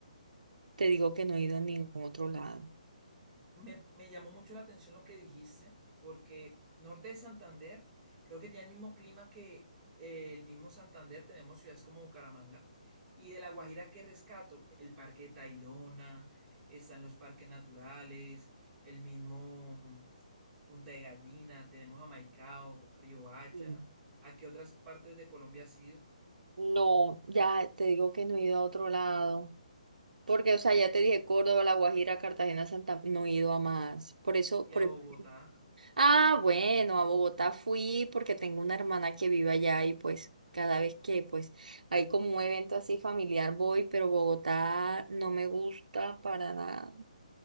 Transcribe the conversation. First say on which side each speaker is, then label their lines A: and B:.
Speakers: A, on the right; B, on the right.
A: Te digo que no he ido a ningún otro lado.
B: Me, me llamó mucho la atención lo que dijiste, porque Norte de Santander creo que tiene el mismo clima que eh, el mismo Santander, tenemos ciudades como Bucaramanga, y de La Guajira que rescato, el Parque de Tayrona, están los parques naturales, el mismo Punta de Gallina, tenemos a Maicao, Riohacha,
A: Mm.
B: ¿a qué otras partes de Colombia has ido?
A: No, ya te digo que no he ido a otro lado. Porque, o sea, ya te dije Córdoba, La Guajira, Cartagena, Santa, no he ido a más. Por eso,
B: Y
A: por
B: a
A: eso
B: Bogotá,
A: Ah, bueno, a Bogotá fui porque tengo una hermana que vive allá y pues cada vez que pues hay como un evento así familiar voy, pero Bogotá no me gusta para nada.